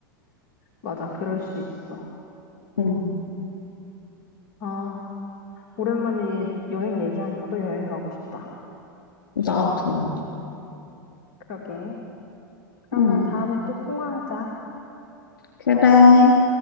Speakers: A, on the left; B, on the left.
A: 맞아. 그럴 수 있어.
B: 응,
A: 아, 오랜만에 여행 얘기하니까 또 여행 가고 싶다.
B: 나도.
A: 그러게. 그러면
B: 응,
A: 다음에 또 통화하자.
B: 그래.